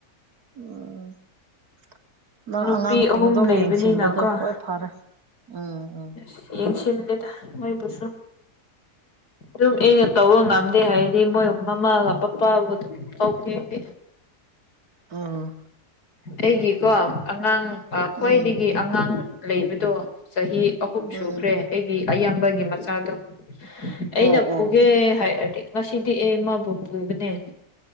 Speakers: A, on the right; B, on the left.
A: <unintelligible> ꯅꯪ
B: ꯅꯨꯄꯤ
A: ꯑꯉꯥꯡꯁꯤꯡ
B: ꯑꯍꯨꯝ
A: ꯑꯗꯨꯝ
B: ꯂꯩꯕꯅꯤꯅꯀꯣ
A: ꯌꯦꯡꯁꯤꯟꯕꯗꯣ ꯍꯣꯏ ꯐꯔꯦ ꯎꯝ ꯎꯝ
B: ꯑꯁ ꯌꯦꯡꯁꯤꯟꯗꯦꯗ ꯃꯣꯏꯕꯨꯁꯨ ꯑꯗꯨꯝ ꯑꯩꯅ ꯇꯧꯕ ꯉꯝꯃꯤ ꯑꯩ ꯍꯥꯏꯗꯤ ꯃꯣꯏ ꯃꯃꯥꯒ ꯄꯄꯥꯒ ꯑꯗꯨꯝ ꯇꯧꯒꯦ ꯍꯥꯏꯗꯤ
A: ꯎꯝ
B: ꯑꯩꯒꯤꯀꯣ ꯑꯉꯥꯡ
A: ꯎꯝ
B: ꯈ꯭ꯋꯥꯏꯗꯒꯤ
A: ꯎꯝ
B: ꯑꯉꯥꯡ ꯂꯩꯕꯗꯣ ꯆꯍꯤ ꯑꯍꯨꯝ ꯁꯨꯈ꯭ꯔꯦ
A: ꯎꯝ
B: ꯑꯩꯒꯤ ꯑꯌꯥꯝꯕꯒꯤ ꯃꯆꯥꯗꯣ ꯑꯩꯅ
A: ꯑꯣ
B: ꯄꯨꯒꯦ
A: ꯑꯣ
B: ꯍꯥꯏꯔꯗꯤ ꯉꯁꯤꯗꯤ ꯑꯩ ꯃꯥꯕꯨ ꯄꯨꯕꯅꯦ